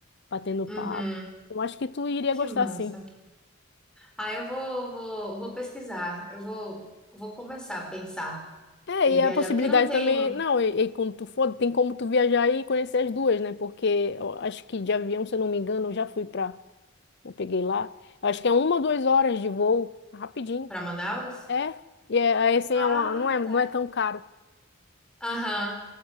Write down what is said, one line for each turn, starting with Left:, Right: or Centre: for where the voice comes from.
Left: Batendo
Centre: uhum.
Left: papo. Eu acho que tu iria
Centre: Que
Left: gostar,
Centre: massa.
Left: sim.
Centre: Ah, eu vou, vou, vou pesquisar. Eu vou, vou começar a pensar
Left: É,
Centre: em
Left: e
Centre: viajar,
Left: a possibilidade
Centre: porque não tem
Left: também, não, e, e quando tu for, tem como tu viajar e conhecer as duas, né? Porque eu acho que de avião, se eu não me engano, eu já fui pra, eu peguei lá. Eu acho que é uma ou duas horas de voo, rapidinho.
Centre: para Manaus?
Left: É, e é, aí, assim, é
Centre: Ah,
Left: uma, não é, não
Centre: tá.
Left: é tão caro,
Centre: Aham.